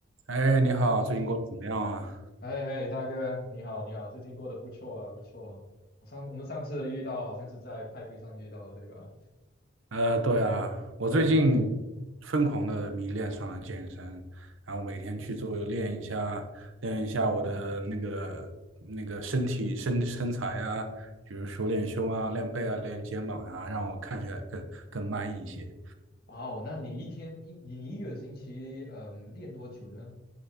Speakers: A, on the right; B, on the left.
A: 哎，你好，
B: 嗨
A: 最近过得怎么样啊？
B: 嗨嗨，大哥，你好，你好，最近过得不错啊，不错啊。我上我们上次遇到好像是在派对上遇到的，对吧？
A: 呃，对啊，我最近
B: 对对对。
A: 疯狂的迷恋上了健身，然后每天去做练一下，练一下我的那个那个身体身身材啊，比如说练胸啊、练背啊、练肩膀啊，让我看起来更更 man 一些。
B: 哇哦，那你一天一你你一个星期嗯练多久呢？